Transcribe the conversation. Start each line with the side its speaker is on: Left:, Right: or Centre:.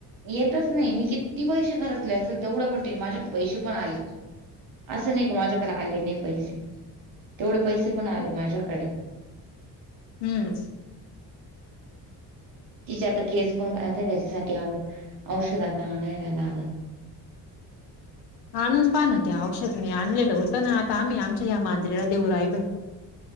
Right: येतच नाही मी किती पैसे खतले असेल तेवढं पटेल माझ्या पैसे पण आले असं नाही का माझ्याकडे आले नाही पैसे तेवढे पैसे पण आले माझ्याकडे
Left: हम्म
Right: तिचे आता केस पण करत आहे त्याच्यासाठी औ औषध आता आणायला लागल
Left: आणून पण त्या औषध मी आणलेललं होतं ना आता आम्ही आमच्या या मांजरीला देऊ राहिलो